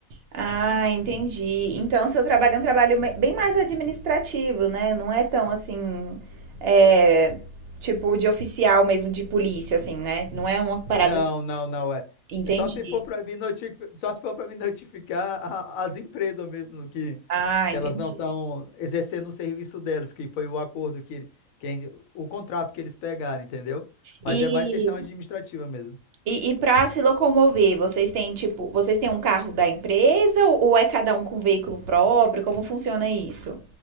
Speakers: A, on the right; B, on the left.
A: Ah, entendi. Então seu trabalho é um trabalho me- bem mais administrativo, né? Não é tão assim, é, tipo de oficial mesmo de polícia, assim, né? Não é uma parada
B: Não,
A: assim.
B: não, não é.
A: Entendi.
B: É só se for para me notificar, só se for para me notificar a- as empresas mesmo que,
A: Ah,
B: que
A: entendi.
B: elas não estão exercendo o serviço delas, que foi o acordo que, ele- que ele- o contrato que eles pegaram, entendeu? Mas
A: E,
B: é mais questão administrativa mesmo.
A: e, e para se locomover, vocês têm tipo, vocês têm um carro da empresa ou ou é cada um com veículo próprio? Como funciona isso?